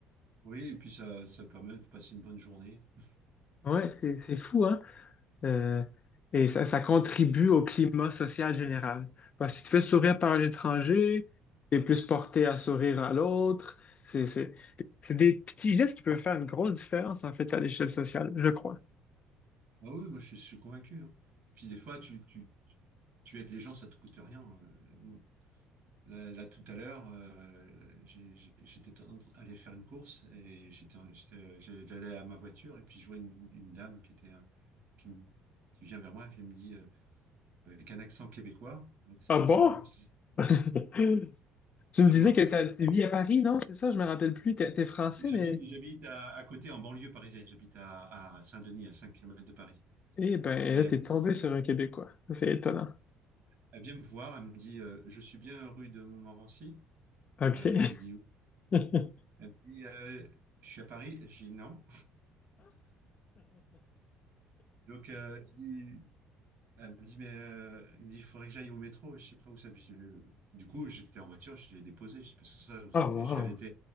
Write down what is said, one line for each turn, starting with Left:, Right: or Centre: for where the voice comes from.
Right: oui, et puis ça, ça permet de passer une bonne journée. <laughs>
Left: Ouais, c'est c'est fou, hein. Euh, et ça, ça contribue au climat social général. Parce que si tu fais sourire par un étranger, tu es plus porté à sourire à l'autre. C'est, c'est, c'est des petits gestes qui peuvent faire une grosse différence, en fait, à l'échelle sociale, je crois.
Right: Ah oui, moi je suis, je suis convaincu. hein. Puis des fois, tu, tu, tu aides les gens, ça te coûte rien. euh. Là, là, tout à l'heure, euh, j'ai- j'ai- j'étais en train d'aller faire une course et j'étais, en- j'étais- j'allais à ma voiture et puis je vois une, une dame qui était, euh, qui, me- qui vient vers moi et qui me dit euh, avec un accent québécois. Donc c'était
Left: Ah bon?
Right: assez marrant. parce que,
Left: <laughs> Tu me
Right: Tu
Left: disais
Right: vois,
Left: que
Right: c'est
Left: t'as- tu
Right: pas arrivé.
Left: vis à Paris, non? C'est ça, je me rappelle plus. T'es, t'es français,
Right: j'habite,
Left: mais...
Right: j'habite à, à côté en banlieue parisienne. J'habite à, à Saint-Denis, à 5 kilomètres de Paris.
Left: Eh ben,
Right: Et
Left: là,
Right: elle,
Left: t'es tombé
Right: me dit-
Left: sur un Québécois. Ça, C'est étonnant.
Right: elle vient me voir, elle me dit euh, Je suis bien rue de Montmorency.
Left: OK.
Right: Euh, j'ai dit oui.
Left: <laughs>
Right: Elle me dit euh, Je suis à Paris. J'ai dit non. Donc, euh, je dis, Elle me dit, mais euh, il me dit, il faudrait que j'aille au métro, je sais pas où ça. Puis je- Du coup, j'étais en voiture, j'ai déposé, Je parce que ça, vous-
Left: Ah,
Right: j'ai
Left: wow.
Right: allaité